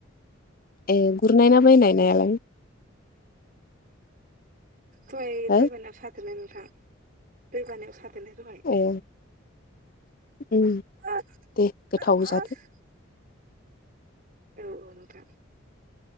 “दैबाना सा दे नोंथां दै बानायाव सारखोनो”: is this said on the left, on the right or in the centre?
Right